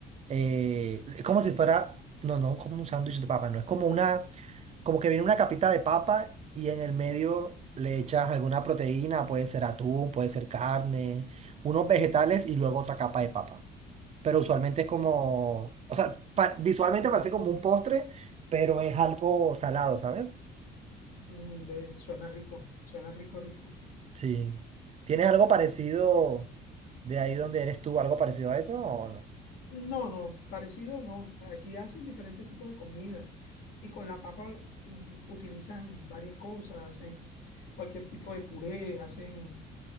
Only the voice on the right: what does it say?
eh, es como si fuera, no, no como un sándwich de papa, no, es como una como que viene una capita de papa y en el medio le echas alguna proteína, puede ser atún, puede ser carne, unos vegetales y luego otra capa de papa. Pero usualmente es como, o sea, pa- visualmente parece como un postre, pero es algo salado, ¿sabes?
Sí. ¿Tienes algo parecido de ahí donde eres tú, algo parecido a eso o no?